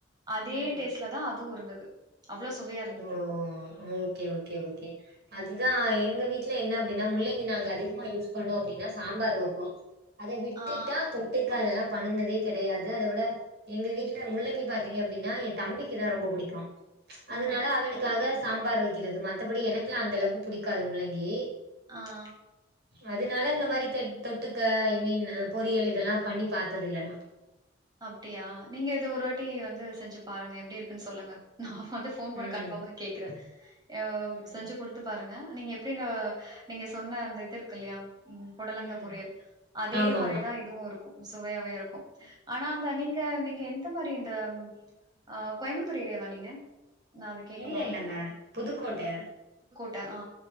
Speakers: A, on the right; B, on the right.
A: அதே
B: ம்
A: டேஸ்ட்ல தா அ து இருந்தது அவ்ளோ சுவையா இருந்தது.
B: ஓ ஓகே ஓகே ஓகே அதுதா எங்க வீட் வீட்ல என்ன அப்டின்னா முள்ளங்கி நாங்க அதிகமா யூஸ் பண்ணோ அப்டின்னா சாம்பார் வைப்போ அத விட்டுட்டா
A: ஆ
B: தொட்டுக்கா அதெல்லா பண்ணுனதே கெடையாது அத விட எங்க வீட்டுல முள்ளங்கி பாத்தீங்க அப்டின்னா எ தம்பிக்குதா ரொம்ப புடிக்கு அதனால
A: முள்ளே
B: அவனுக்காக சாம்பார் வெக்கிறது மத்தபடி எனக்குல்லா அந்த அளவுக்கு புடிக்காது முள்ளங்கி
A: ஆஹ்
B: அதனால இந்த மாதிரி க தொட்டுக்க ஐ மீன் பொரியல் இதெல்லா பண்ணி பாத்தது இல்ல நா
A: அப்டியா நீங்க ஏது ஒரு வாட்டி வந்து செஞ்சு பாருங்க எப்டி இருக்குன்னு சொல்லுங்க நா வந்து ஃபோன் பண்ண
B: ம்
A: கன்பமா கேக்குறே அ
B: ம்
A: செஞ்சு குடுத்து பாருங்க நீங்க எப்டி இந்த நீங்க சொன்ன அந்த இது இருக்கு இல்லையா உம் புடலங்க
B: ம்
A: பொரியல் அதே
B: ஆமாமா
A: மாரிதா இதுவு இருக்கு சுவையாவே இருக்கு ஆனா அந்த நீங்க நீங்க எந்த மாரி இந்த அஹ கோயம்புத்தூர் ஏரியாவா நீங்க நான் அத கேட்க
B: இல்ல இல்லங்க புதுக்கோட்ட
A: ட்ட அ